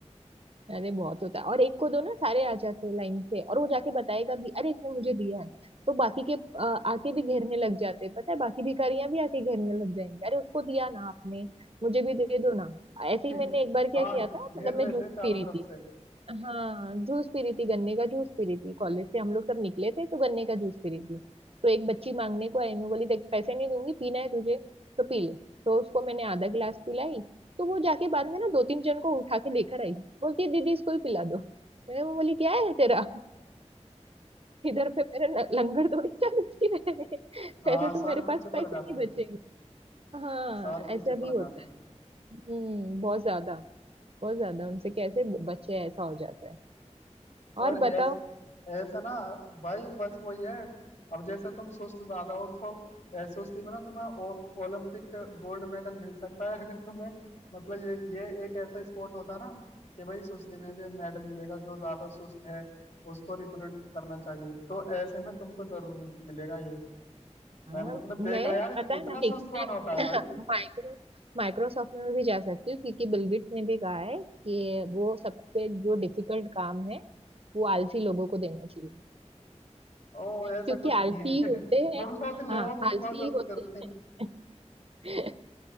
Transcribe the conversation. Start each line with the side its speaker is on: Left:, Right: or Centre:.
Right: अरे बहुत होता है और एक को दो ना सारे आ जाते हैं लाइन से और वो जाके बताएगा भी अरे इसने मुझे दिया है तो बाकी के अ, आके भी घेरने लग जाते हैं पता है बाकी भिखारियां भी आके घेरने लग जाएंगी अरे उसको दिया ना आपने मुझे भी दे दो ना ऐसे
Left: <laughs>
Right: ही मैंने एक बार क्या
Left: हाँ
Right: किया
Left: घेर
Right: था मतलब मैं
Left: लेते
Right: जूस
Left: हैं चारों
Right: पी रही
Left: तरफ
Right: थी
Left: से
Right: हाँ जूस पी रही थी गन्ने का जूस पी रही थी कॉलेज से हम लोग सब निकले थे तो गन्ने का जूस पी रही थी तो एक बच्ची मांगने को आई मैं बोली देख पैसे नहीं दूंगी पीना है तुझे तो पी ले तो उसको मैंने आधा गिलास पिलाई तो वो जाके बाद में ना दो तीन जन को उठा के लेकर आई बोलती है दीदी इसको ही पिला दो मैं बोली क्या है तेरा <laughs> इधर पे मेरा न- लंगर थोड़ी चलती है
Left: हाँ
Right: ऐसे तो
Left: सारे
Right: मेरे
Left: पीछे
Right: पास
Left: पड़
Right: पैसे
Left: जाते
Right: नहीं
Left: हैं
Right: बचेंगे हाँ
Left: सारे पीछे
Right: ऐसा
Left: पड़
Right: भी होता
Left: जाते हैं
Right: है हम्म बहुत ज्यादा बहुत ज्यादा उनसे कैसे बचे ऐसा हो जाता है और
Left: और
Right: बताओ
Left: ऐस ऐसा ना भाई बस वही है अब जैसे तुम सुस्त ज्यादा हो तो ऐ- सुस्ती में ना तुम्हें ओ- ओलंपिक गोल्ड मेडल मिल सकता है अगर तुम्हें मतलब ये ये एक ऐसा स्पोर्ट होता ना कि भाई सुस्ती में भी मेडल मिलेगा जो ज्यादा सुस्त है उसको रिक्रूट करना चाहिए तो ऐसे में तुमको जरूर मिल, मिलेगा ये
Right: हाँ,
Left: मैंने मतलब देखा
Right: मैं
Left: यार
Right: पता
Left: इतना
Right: है ना
Left: सुस्त
Right: लेकिन
Left: कौन
Right: मैं
Left: होता है
Right: <clears throat>
Left: भाई
Right: <laughs> माइक्रो माइक्रोसॉफ्ट में भी जा सकती हूँ क्योंकि बिल गेट्स ने भी कहा है कि वो सबसे जो डिफिकल्ट काम है वो आलसी लोगों को देना चाहिए
Left: ओ ऐसा
Right: क्योंकि
Left: कुछ
Right: आलसी
Left: नहीं है <laughs>
Right: ही होते हैं
Left: वो लोग ले
Right: हाँ
Left: ऑफ भी
Right: आलसी
Left: बहुत जल्दी
Right: ही होते
Left: करते हैं
Right: हैं <laughs>